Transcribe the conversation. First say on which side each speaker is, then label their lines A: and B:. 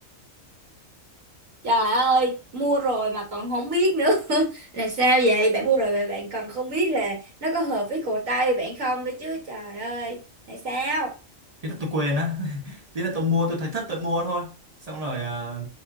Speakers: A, on the right (about 70°); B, on the right (about 30°).
A: Trời ơi, mua rồi mà còn không biết nữa <laughs> là sao vậy? Bạn mua rồi mà bạn còn không biết là nó có hợp với cổ tay bạn không nữa chứ. Trời ơi, là sao?
B: Thế là tôi quên á <laughs> Thế là tôi mua tôi thấy thất tôi mua thôi xong rồi ờ,